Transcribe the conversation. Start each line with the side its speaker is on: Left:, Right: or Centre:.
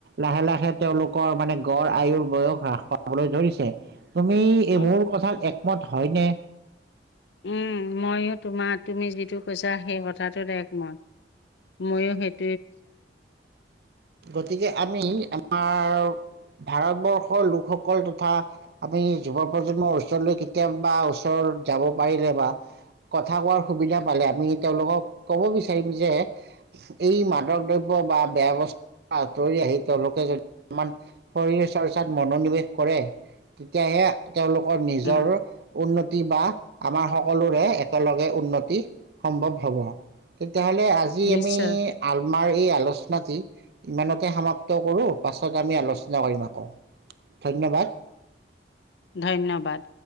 Right: লাহে লাহে তেওঁলোকৰ মানে গড় আয়ুৰ বয়স হ্ৰাস পাবলৈ ধৰিছে তুমি
Left: উম
Right: এইবোৰ কথাত এক মত হয়নে
Left: উম ময়ো তোমাৰ তুমি যিটো কৈছা সেই কথাটো একমত ময়ো সেইটো
Right: গতিকে আমি আমাৰ ভাৰতবৰ্ষৰ লোকসকল তথা আমি যুৱ প্ৰজন্মৰ ওচৰলৈ কেতিয়াবা ওচৰত যাব পাৰিলে বা কথা কোৱাৰ সুবিধা পালে আমি তেওঁলোকক কব বিচাৰিম যে এই মাদক দ্ৰব্য বা বেয়া বস্তু আঁতৰি আহি তেওঁলোকে যদি আমাৰ শৰীৰ চৰ্চাত মনোনিৱেশ কৰে তেতিয়াহে তেওঁলোকৰ নিজৰ
Left: উম
Right: উন্নতি বা আমাৰ সকলোৰে একেলগে উন্নতি সম্ভৱ হ'ব তেতিয়াহ'লে আজি
Left: নিশ্চয়
Right: আমি আমাৰ এই আলোচনাটি ইমানতে সমাপ্ত কৰোঁ পাছত আমি আলোচনা কৰিম আকৌ ধন্যবাদ
Left: ধন্যবাদ